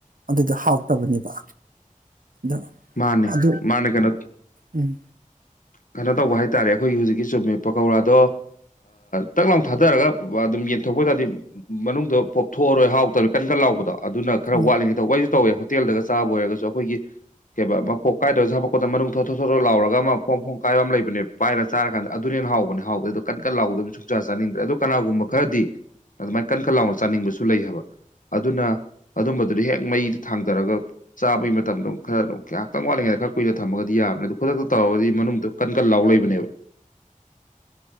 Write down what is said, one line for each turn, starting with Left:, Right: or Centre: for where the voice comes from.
Right: ꯑꯗꯨꯗꯣ ꯍꯥꯎꯇꯕꯅꯦꯕ ꯑꯗꯣ
Left: ꯃꯥꯅꯦ
Right: ꯑꯗꯨ
Left: ꯃꯥꯅꯦ ꯀ ꯅ
Right: ꯎꯝ
Left: ꯀꯩꯅꯣ ꯇꯧꯕ ꯍꯥꯏꯇꯥꯔꯦ ꯑꯩꯈꯣꯏꯒꯤ ꯍꯧꯖꯤꯛꯀꯤꯨꯝꯃꯦ ꯄꯀꯧꯔꯥꯗꯣ ꯇꯛ ꯂꯥꯎ ꯊꯥꯗꯔꯒ ꯑꯗꯨꯝ ꯌꯦꯟꯊꯣꯛꯄ ꯑꯣꯏꯇꯥꯥꯔꯗꯤ ꯃꯅꯨꯡꯗ ꯄꯣꯞꯊꯣꯛꯑꯔꯣꯏ ꯍꯥꯎꯇꯕꯔ ꯀꯟꯀ ꯂꯥꯎꯕꯗꯣ ꯑꯗꯨꯅ ꯈꯔ
Right: ꯎꯝ
Left: ꯋꯥꯠꯂꯤꯉꯩ ꯇꯧꯕ ꯑꯩꯁꯨ ꯇꯧꯋꯦ ꯍꯣꯇꯦꯜꯗꯒ ꯆꯥꯕ ꯑꯣꯏꯔꯒꯁꯨ ꯑꯩꯈꯣꯏꯒꯤ ꯀꯩ ꯃꯄꯣꯛ ꯀꯥꯏꯗꯣꯏ ꯁꯥꯕꯄꯣꯠꯠꯇ ꯃꯅꯨꯡ ꯊꯣꯠ ꯊꯣ ꯊꯣꯔ ꯂꯥꯎꯔꯒ ꯑꯃ ꯐꯣꯡ ꯀꯥꯏꯕ ꯑꯃ ꯂꯩꯕꯅꯦ ꯄꯥꯏꯔ ꯆꯥꯔꯀꯥꯟꯗ ꯑꯗꯨꯅꯦꯅ ꯍꯥꯎꯕꯅꯦ ꯍꯥꯎꯕꯦ ꯑꯗꯣ ꯀꯟ ꯀꯟ ꯂꯥꯎꯗꯕ ꯁꯨꯡꯆꯥ ꯆꯥꯅꯤꯡꯗ꯭ꯔꯦ ꯑꯗꯣ ꯀꯅꯥꯒꯨꯝꯕ ꯈꯔꯗꯤ ꯑꯗꯨꯃꯥꯏꯅ ꯀꯟ ꯈꯠ ꯂꯥꯎꯅ ꯆꯥꯅꯤꯡꯕꯁꯨ ꯂꯩ ꯍꯥꯏꯕ ꯑꯗꯨꯅ ꯑꯗꯨꯝꯕꯗꯨꯗꯤ ꯍꯦꯛ ꯃꯩꯗ ꯊꯥꯡꯊꯔꯒ ꯆꯥꯕꯩ ꯃꯇꯝꯗꯣ ꯈꯔ ꯑꯗꯨ ꯉꯥꯏꯍꯥꯛꯪ ꯋꯥꯠꯂꯤꯉꯩꯗ ꯈꯔ ꯀꯨꯏꯅ ꯊꯝꯃꯒꯗꯤꯕ ꯑ ꯑꯗꯨ ꯈꯨꯗꯛꯇ ꯇꯧꯔꯗꯤ ꯃꯅꯨꯡꯗ ꯀꯟ ꯀꯟ ꯂꯥꯎ ꯂꯩꯕꯅꯦꯕ